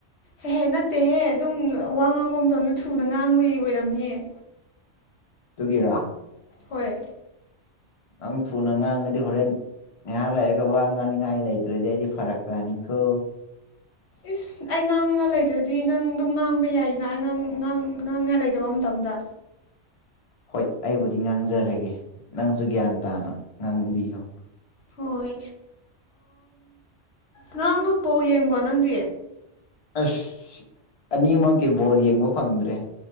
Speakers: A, on the left; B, on the left.
A: ꯍꯦꯍꯦ ꯅꯠꯇꯦꯍꯦ ꯑꯗꯨꯝ ꯋꯥ ꯉꯥꯡꯕ ꯃꯇꯝꯗ ꯊꯨꯅ ꯉꯥꯡꯕꯒꯤ ꯑꯣꯏꯔꯝꯅꯦꯍ
B: ꯇꯨꯒꯔꯥ
A: ꯍꯣꯏ
B: ꯅꯪ ꯊꯨꯅ ꯉꯥꯡꯉꯗꯤ ꯍꯣꯔꯦꯟ ꯉꯥꯏꯍꯥꯛ ꯂꯩꯔꯒ ꯋꯥ ꯉꯥꯡꯅꯤꯡꯉꯥꯏ ꯂꯩꯇ꯭ꯔꯗꯤ ꯑꯩꯗꯤ ꯐꯔꯛ ꯇꯥꯅꯤꯀꯣ
A: ꯏꯁ ꯑꯩ ꯉꯥꯡꯉ ꯂꯩꯗ꯭ꯔꯗꯤ ꯅꯪ ꯑꯗꯨꯝ ꯉꯥꯡꯕ ꯌꯥꯏꯅꯥꯡꯥꯡ ꯉꯥꯡꯉ ꯂꯩꯗꯕ ꯑꯃ ꯃꯇꯝꯗ
B: ꯍꯣꯏ ꯑꯩꯕꯨꯗꯤ ꯉꯥꯡꯖꯔꯒꯦ ꯅꯪꯁꯨ ꯒ꯭ꯌꯥꯟ ꯇꯥꯅ ꯉꯥꯡꯕꯤꯌꯨ
A: ꯍꯣꯏ ꯉꯔꯥꯡ ꯅꯨ ꯄꯣ ꯌꯦꯡꯕ꯭ꯔꯣ ꯅꯪꯗꯤ
B: ꯑꯁ ꯑꯅꯤꯃꯛꯀꯤ ꯕꯣꯜ ꯌꯦꯡꯕ ꯐꯪꯗ꯭ꯔꯦ